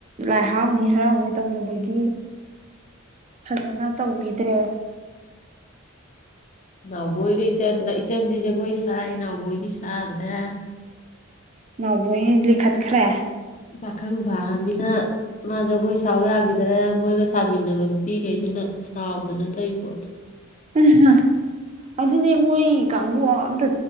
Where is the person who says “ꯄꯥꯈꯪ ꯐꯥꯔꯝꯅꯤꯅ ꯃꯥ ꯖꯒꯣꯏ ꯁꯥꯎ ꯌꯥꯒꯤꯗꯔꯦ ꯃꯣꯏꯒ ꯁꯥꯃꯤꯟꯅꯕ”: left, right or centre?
Left